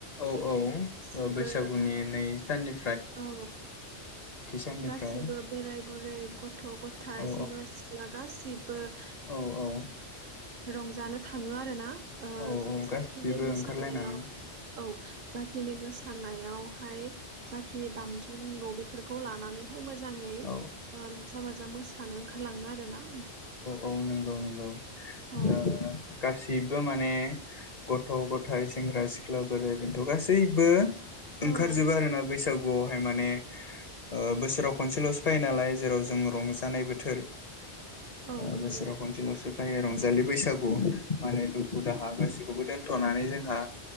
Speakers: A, on the left (about 45°); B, on the right (about 60°).
A: औ औ
B: गासिबो
A: बैसागुनि नै साननि।
B: औ
A: साननिफ्राय
B: गासिबो बोराय बुरै गथ' गथायाइ
A: औ
B: सेंग्रा सिख्ला गाससि <unintelligible> <unintelligible>
A: औ औ।
B: रंजानो थाङो आरो ना। ओ
A: औ
B: जाखिनि
A: गासिबो
B: मोसानायाव
A: ओंखारलायनानै
B: औ जाखिनि मोसानाय। बेयावहाय। जाखिनि दामजु नांगौ बे। फोरखौ लानानै। <unintelligible> मोजाङै
A: औ
B: रंजा बाजा मोसानो ओंखारलाङो आरो ना।
A: औ औ नंगौ नंगौ
B: औ
A: ओ गासिबो माने। <unintelligible> गथ' गथाइ सेंग्रा <unintelligible> सिख्ला बोराय बोनथ' गासैबो। ओंखारजोबो
B: औ
A: आरोना <unintelligible> बैसागुआवहाय माने ओ बोसोराव खनसेल'सो फायो नालाय जेराव जों रंजानाय बोथोर।
B: औ
A: ओ
B: नंगौ
A: बोसोराव खनसेल'सो। फाय रंजालि बैसागु माने दुखु दाहा गासैखौबो दोनथ'नानै जोंहा।